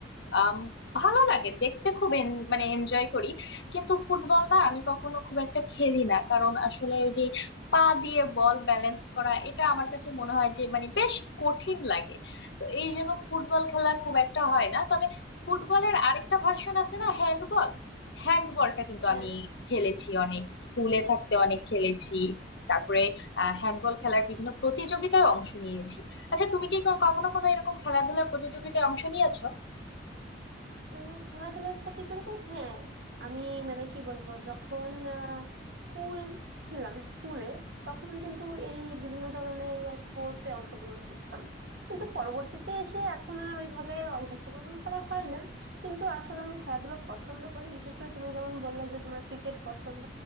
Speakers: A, on the left; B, on the right.
A: আম, ভালো লাগে দেখতে খুব en- মানে এনজয় করি কিন্তু ফুটবল না আমি কখনো খুব একটা খেলি না কারণ আসলে ওই যে পা দিয়ে বল ব্যালেন্স করা এটা আমার কাছে মনে হয় যে মানে বেশ কঠিন লাগে তো এই জন্য ফুটবল খেলা খুব একটা হয় না তবে ফুটবলের আরেকটা ভার্সন আছে না হ্যান্ডবল হ্যান্ডবলটা কিন্তু
B: হ্যাঁ
A: আমি খেলেছি অনেক স্কুলে থাকতে অনেক খেলেছি তারপরে হ্যান্ডবল খেলার বিভিন্ন প্রতিযোগিতায় অংশ নিয়েছি আচ্ছা তুমি কি ক- কখনো কোনো এরকম খেলাধুলার প্রতিযোগিতায় অংশ নিয়েছো
B: উম, খেলাধুলার প্রতিযোগিতা হ্যাঁ আমি মানে কি বলবো যখন স্কুল ছিলাম স্কুলে তখন কিন্তু এই বিভিন্ন ধরনের স্পোর্টস এ অংশগ্রহণ করতাম কিন্তু পরবর্তীতে এসে এখন আর ওইভাবে অংশগ্রহণ করা হয় না কিন্তু আসলে আমি খেলাধুলা পছন্দ করি বিশেষ করে তুমি যেমন বললে যে তোমার ক্রিকেট পছন্দ